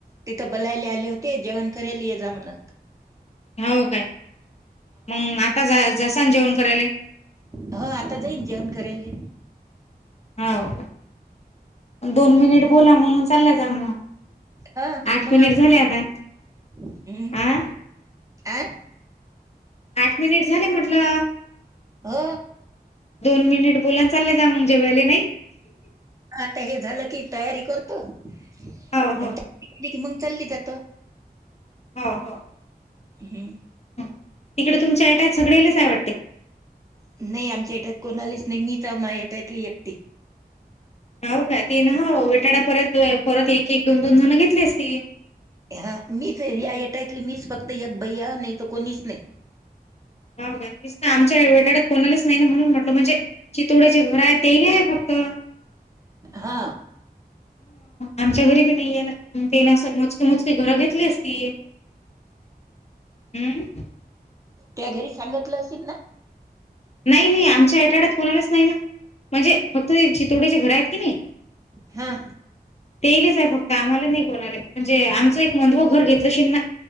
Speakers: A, on the right; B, on the left.
A: तिथं बलायला आले होते जेवण केल ये जा म्हण,
B: हो काय मग आता जसान जेवण करायले.
A: हा आता जाईन जेवण करायले.
B: हो दोन मिनिट बोला म्हणून चालला जा मग,
A: हा
B: आठ
A: मंग
B: मिनिट झाले आता
A: हम्म!
B: आ
A: आ
B: आठ मिनिट झाले म्हटलं
A: हो
B: दोन मिनिट बोला, चालले जा म <unintelligible> वले नाही,
A: आता हे झालं की तयारी करत आणि
B: हो हो
A: की मंग चालली जात,
B: हा, हा.
A: हम्म!
B: तिकडे तुमच्या अटाच सगळेलाचय वाटते.
A: नाही आमच्या हटत कोणालीच नाही मीच मा हटतली एकती.
B: हो का, ती ना बेटाड्या परत परत एक एक दोन दोन जण घेतलीस ती.
A: हा मीच या येटायतली मीच फक्त एक बई नाही तर कोणीच नाही.
B: बा तेसत आमच्या विटाड्यात कोणालाच नाही ना म्हणून म्हटलं म्हणजे चितोड्याचे घर आहे तेही आहे फक्त ह.
A: हा!
B: आमच्या घरी नाही आहे देण्या सज मजकी घर घेतलीती असती. हम्!
A: त्या घरी सांगितलं असेल ना?
B: नाही नाही आमच्या एटाड्यात फोणालाच नाही ना, म्हणजे फक्त ते चितोड्याचे घर आहेत की नाही.
A: हा
B: तेलच आहे फक्त आम्हाला नाही बोलायला म्हणजे आमचं एक मधव घर घेतलं शिनना.